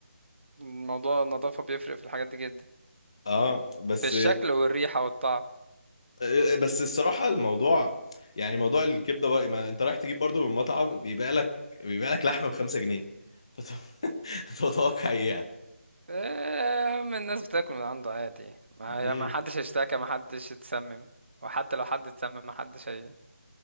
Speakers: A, on the right; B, on the left.
A: الموضوع النظافة بيفرق في الحاجات دي جدا
B: اه بس
A: في الشكل والريحة والطعم
B: آه، آه، بس الصراحة الموضوع يعني موضوع الكبدة بقى ما انت رايح تجيب برضو من مطعم بيبيع لك بيبيع لك لحمة بخمسة جنيه فت- <laughs> تتوقع ايه يعني
A: آه، أما الناس بتاكل من عنده عادي ما
B: مم.
A: ما حدش اشتكى ما حدش اتسمم وحتى لو حد اتسمم ما حدش هي...